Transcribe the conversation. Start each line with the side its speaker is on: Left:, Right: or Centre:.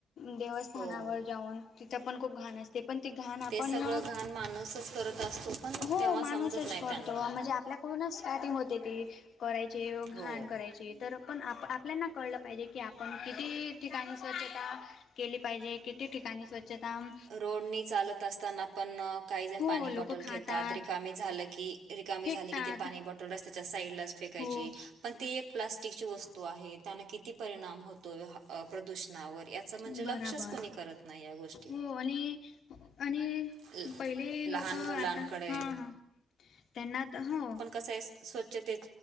Left: देवस्थानावर
Right: हो
Left: जाऊन तिथ पण खूप घाण असते ते पण त घाण आपण
Right: ते सगळं घाण माणूसच करत असतो पण
Left: हो
Right: तेव्हा
Left: माणूसच
Right: समजत नाही
Left: करतो
Right: त्यांना
Left: म्हणजे आपल्या पूणच स्टार्टिंग होते ती करायचे घाण
Right: हो
Left: करायचे तर पण आप आपल्याना कळलं पाहिजे की आपण किती ठिकाणी स्वच्छता केली पाहिजे किती ठिकाणी स्वच्छ उचताम
Right: रोडनी चालत असताना पण काही जण
Left: हो
Right: पाणी
Left: लोक
Right: बॉटल
Left: खातात
Right: घेतात रिकामी झालं की रिकामी
Left: फेकतात
Right: झाली की ते पाणी बॉटल रस् त्याच्या साईडलाच फेकायची
Left: हो
Right: पण ती एक प्लास्टिकची वस्तू आहे त्याना किती परिणाम होतो प्रदूषणावर यात म्हणजे
Left: बराबर
Right: लक्षच कोणी करत नाही या गोष्टी
Left: हो आणि आणि
Right: ल-
Left: पहिले लोक
Right: लहान
Left: आता
Right: मुलांकडे
Left: हां हां तेनात हो
Right: स्वच्छते